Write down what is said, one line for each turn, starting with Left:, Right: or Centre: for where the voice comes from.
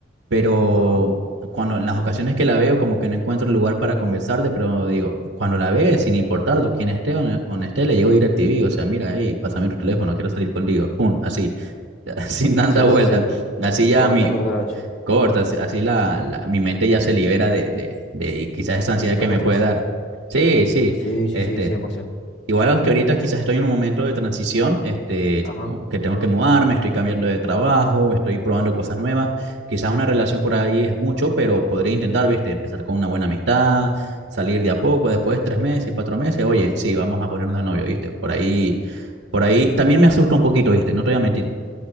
Right: pero
Left: Ajá.
Right: cuando en las ocasiones que la veo como que no encuentro el lugar para conversarle, pero digo, cuando la ve, sin importarlo, quién esté o no o no esté, le llevo DirecTV, o sea, mira, hey, pásame tu teléfono, quiero salir contigo, pum, así, <laughs> sin tanta
Left: Sí,
Right: vuelta.
Left: sí, sí.
Right: Así ya
Left: Corta,
Right: mi,
Left: corta la ocho
Right: Corta, así así la, la- mi mente ya se libera de, de, de quizás esa
Left: De,
Right: ansiedad
Left: de tanto
Right: que me
Left: estrés.
Right: puede dar. Sí, sí.
Left: Sí, sí,
Right: Este,
Left: sí, cien por ciento
Right: igual aunque ahorita quizás estoy en un momento de transición, este,
Left: Ajá,
Right: como que tengo que mudarme, estoy cambiando de trabajo, estoy probando cosas nuevas. Quizás una relación por ahí es mucho, pero podría intentar, viste, empezar con una buena amistad, salir de a poco, después tres meses, cuatro meses, oye, sí, vamos a ponernos de novio, viste, por ahí, por ahí también me asusta un poquito, viste, no te voy a mentir